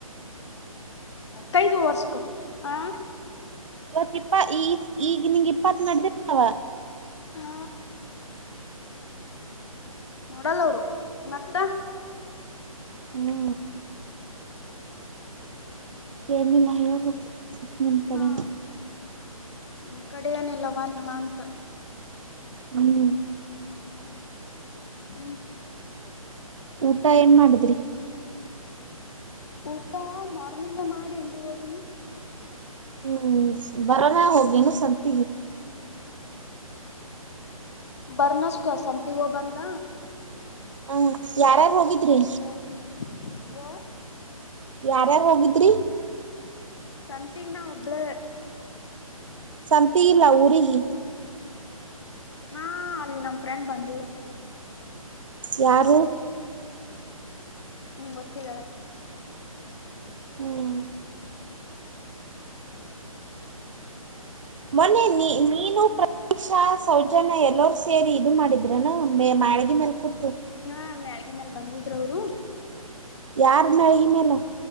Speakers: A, on the left (about 50°); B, on the right (about 55°).
A: ಕೈ ದು ಹೊರಸ್ಕೊ ಹ
B: ಮತ್ ಇಪ್ಪ ಈ ಈಗ ನಿನ್ಗೆ ಇಪ್ಪತ್ ನಡದಿರ್ತಾವ
A: ಹಾ ನೋಡಲ್ಲ ಅವರು ಮತ್ತ
B: ಹ್ಮ ಏನ್ ಇಲ್ಲ ಹೇಳ್ಬೇಕ್ ನಿಮ್ಮ ಕಡೆನೇ
A: ಹಾ ನಮ್ ಕಡ ಏನಿಲ್ಲವಾ ನಿಮ್ಮ ಅಂತ
B: ಹ್ಮ್
A: ಹ್ಮ್
B: ಊಟ ಏನ್ ಮಾಡಿದ್ರಿ
A: ಹ ತ್ತಾ ಮಾರ್ನಿಂಗ್ಗೆ ಮಾಡಿ ಇಂಡಿಗೆ ಹೋಗನಿ
B: ಹ್ಮ್ ಬರೋಣ ಹೋಗೇನು ಸಂತ
A: ಬರ್ನಸ್ಕ ಸಂತಗೋ ಬಂದ
B: ಹ್ಮ ಯಾರಾರ್ ಹೋಗಿದ್ರಿ
A: ಹಂಗ ಓ
B: ಯಾರ್ಯಾರ್ ಹೋಗಿದ್ರಿ
A: ಸಂತಗ ನಾ ಒಬಳ
B: ಸಂಂತಗೆ ಲವುರಿ ಹಿ
A: ಹಾ ಅಲ್ಲಿ ನಮ್ ಫ್ರೆಂಡ್ ಬಂದವು
B: ಯಾರು
A: ನಿಂಗ ಗೊತ್ತಿಲ್ಲ ಅಡಕ್ಕೆ
B: ಹ್ಮ್
A: ಹ
B: ಮನೆ ನೀ ನೀನು ಪ್ರ ಈಕ್ಷಾ ಸೌಜನ ಎಲ್ಲರ ಸೇರಿ ಇದು ಮಾಡಿದ್ರನಾ ಮ ಮ್ಯಾಳಗ ಮೇಲ್ ಕೂತು
A: ಹ್ಮ ಮ್ಯಾಡಗ ಮೇಲೆ ಬಂದಿದ್ರು ಅವರು
B: ಯಾರ ಮಳಹಿ ಮೇಲೆ